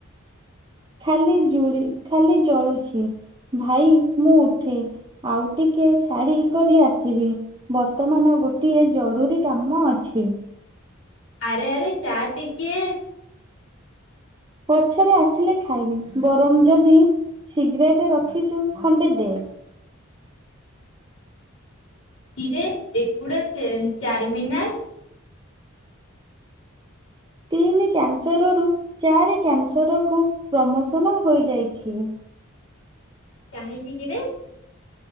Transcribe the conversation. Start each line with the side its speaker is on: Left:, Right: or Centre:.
Right: ଖାଲି ଜୁଳି ଖାଲି ଜଳୁଛି ଭାଇ ମୁଁ ଉଠେ ଆଉ ଟିକେ ଛାଡି କରି ଆସିବି ବର୍ତ୍ତମାନ ଗୋଟିଏ ଜରୁରୀ କାମ ଅଛି।
Left: ଆରେ ଆରେ ଚାଟିିକେ
Right: ପଛରେ ଆସିଲେ ଖାଇବି ବରଂ ଯଦି ସିଗରେଟ ରଖିଛୁ ଖଣ୍ଡେ ଦେ
Left: ହୀରେ ଏଗୁଡା ଚାରମିନାର
Right: ତିନି କ୍ୟାନସରରୁ ଚାରି କ୍ୟାନସରକୁ ପ୍ରମୋସନ ହୋଇଯାଇଛି।
Left: କାହିଁକି କିରେ?